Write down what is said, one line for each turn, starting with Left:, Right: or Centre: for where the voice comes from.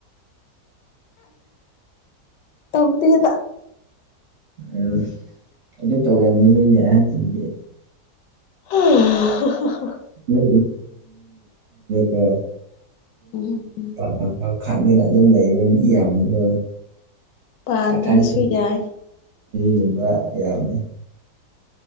Left: ꯇꯧꯗꯦꯗ
Right: ꯎꯝ ꯑꯗꯨ ꯇꯧꯒꯟꯕꯅꯤꯅꯦ ꯑꯍꯟꯁꯤꯡꯒꯤꯗꯤ
Left: ꯑꯣ ꯍ ꯍ ꯍ
Right: ꯌ ꯌ ꯊ
Left: ꯎꯝ
Right: <unintelligible> ꯈꯪꯗꯅ ꯑꯗꯨꯝ ꯂꯩꯕ ꯃꯤ ꯌꯥꯝꯃꯒ
Left: ꯄꯥꯟꯗ꯭ꯔꯁꯨ
Right: ꯄꯥꯈ <unintelligible>
Left: ꯌꯥꯏ
Right: ꯒꯨꯝꯕ ꯌꯥꯝꯃꯤ